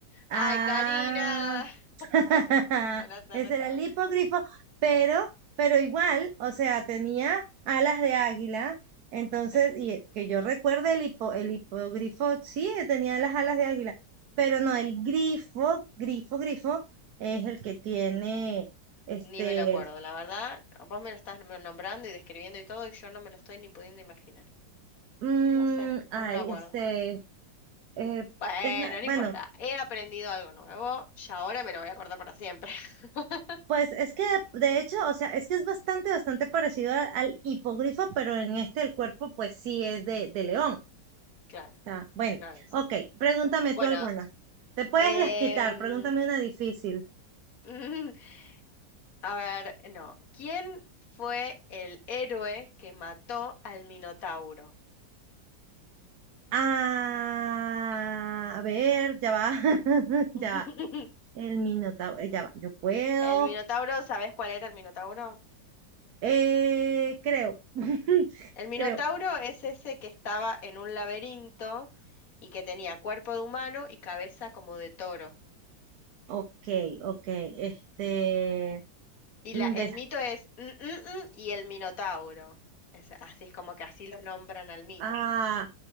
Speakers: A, on the left; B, on the right.
A: Ay,
B: ah.
A: Karina, <laughs>
B: <laughs>
A: sola se
B: Ese
A: retaba.
B: era el hipogrifo, pero, pero igual, o sea, tenía alas de águila. Entonces,
A: Sí,
B: y que yo recuerde el hipo, el hipogrifo, sí, tenía las alas de águila, pero no,
A: sí.
B: el grifo, grifo, grifo, es el que tiene, este,
A: Ni me lo acuerdo. La verdad, vos me lo estás nom- nombrando y describiendo y todo, y yo no me lo estoy ni pudiendo imaginar.
B: mm,
A: No sé,
B: ay,
A: no me lo acuerdo.
B: este, eh,
A: Bueno,
B: deja-
A: no
B: bueno,
A: importa. He aprendido algo nuevo y ahora me lo voy a acordar para siempre. <laughs>
B: Pues es que de de hecho, o sea, es que es bastante, bastante parecido a- al hipogrifo, pero en este el cuerpo pues sí es de, de león. O
A: Claro,
B: sea, bueno,
A: claro, y sí.
B: ok, pregúntame
A: Bueno,
B: tú alguna. Te puedes
A: em,
B: desquitar, pregúntame una difícil.
A: <laughs> a ver, no. ¿Quién fue el héroe que mató al Minotauro?
B: Ah, a ver, ya va, <laughs> ya
A: <laughs>
B: va. El minotauro, eh, ya va, yo puedo.
A: ¿El Minotauro, sabés cuál era el Minotauro?
B: Eh, creo, <laughs>
A: El Minotauro
B: creo.
A: es ese que estaba en un laberinto y que tenía cuerpo de humano y cabeza como de toro.
B: Ok, ok, este...
A: Y
B: mm,
A: la, el
B: de-
A: mito es "Mm, mm, mm", y el Minotauro. Es- así es como que así los nombran al mito.
B: ah,